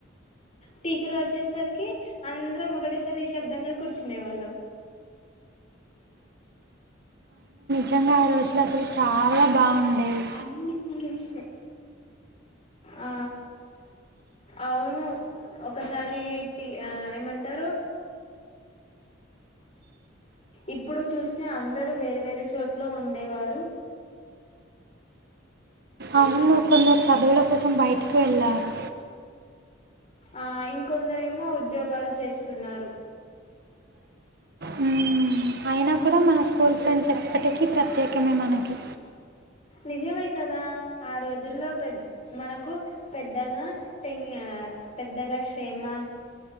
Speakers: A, on the left; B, on the right.
A: టీచర్ వచ్చేసరికి అందరం ఒకటేసారి నిశబ్దంగా కూర్చునే వాళ్ళం
B: ఖ్యంగా ఆ రోజులు అసలు చాలా బాగుండేవి
A: అన్ని ఇంగ్లీషే ఆ అవును ఒకసారి టి ఏమంటారు ఇప్పుడు చూస్తే అందరూ వేరే వేరే చోటులో ఉండేవారు
B: అవును కొందరు చదువుల కోసం బయటికి వెళ్ళారు
A: ఆ ఇంకొందరేమో ఉద్యోగాలు చేస్తున్నారు
B: మ్మ్, అయినా కూడా మన స్కూల్ ఫ్రెండ్స్ ఎప్పటికీ ప్రత్యేకమే మనకి
A: నిజమే కదా ఆ రోజుల్లో పె మనకు పెద్దగా టె పెద్దగా శ్రెమ